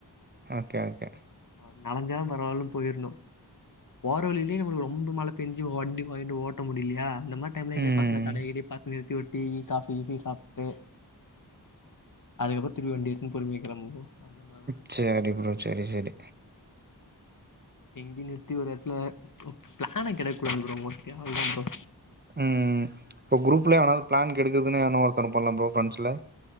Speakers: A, on the right (about 25°); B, on the left (about 50°).
A: ஆகே ஓகே
B: வன் நளஞ்சாலு பரவாயில்லன் போய்ர்ணு போற வழியிலே நம்ளுக்கு ரொம்ப மழ பெஞ்சி வண்டி வாய்ன்ட்டு ஓட் ட்ட முடில்யா அந்த மார் டைம்ல எங்யாவ்
A: ம்
B: பாக்த்ல கட கிடே பாத்து நிறுத்திவுட் டீ காஃபி ஃபி சாப்ட்டு அதுக்கப்புற் திரும்பி வண்டி இட்ச்சுனு பொறும்யாக்குறே போ அந்த மார்தன
A: ச்சேரி ப்ரோ செரி செரி
B: எங்கி நிறுத்தி ஒர் யட்த்துல ஒ ப்ளான கெடுக் கூடாதும் ப்ரோ மொட்யா விடா ப்ரோ
A: ம் பொ க்ரூப்ல எவனாவ்து ப்ளான் கெடுக்குதுன்னு எவனா ஒருத்த இர்ப்பால்ல ப்ரோ ஃப்ன்ச்ல